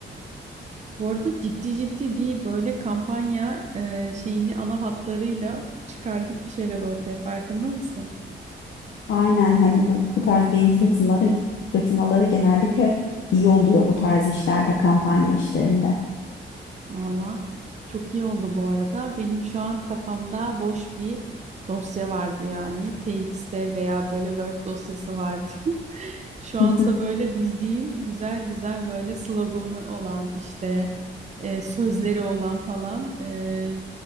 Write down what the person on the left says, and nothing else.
Aynen hani bu, bu tarz beyin fırtınaları fırtınaları genellikle iyi oluyor bu tarz işlerde, kampanya işlerinde.
<laughs>